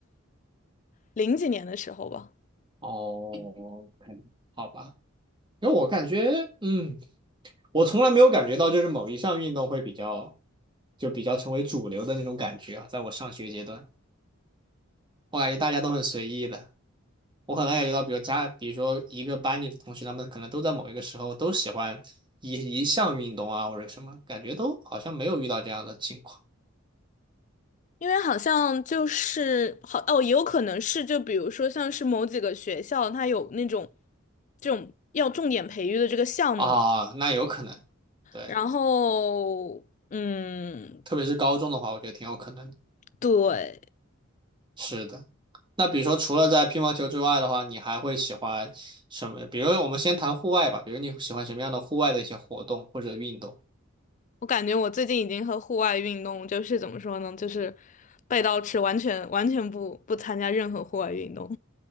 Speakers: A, on the left (about 35°); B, on the right (about 25°).
A: 零几年的时候吧，
B: 哦，k 好吧。因为我感觉，嗯，我从来没有感觉到就是某一项运动会比较，就比较成为主流的那种感觉啊。在我上学阶段，我感觉大家都很随意的。我可能感觉到，比如家，比如说一个班里的同学，他们可能都在某一个时候都喜欢一一项运动啊，或者什么，感觉都好像没有遇到这样的情况。
A: 因为好像就是好哦，也有可能是就比如说像是某几个学校，它有那种这种要重点培育的这个项目，
B: 啊，那有可能，对，
A: 然后嗯，
B: 特别是高中的话，我觉得挺有可能的。
A: 对，
B: 是的，那比如说除了在乒乓球之外的话，你还会喜欢什么？比如我们先谈户外吧，比如你喜欢什么样的户外的一些活动或者运动？
A: 我感觉我最近已经和户外运动就是怎么说呢，就是背道吃，完全完全不不参加任何户外运动。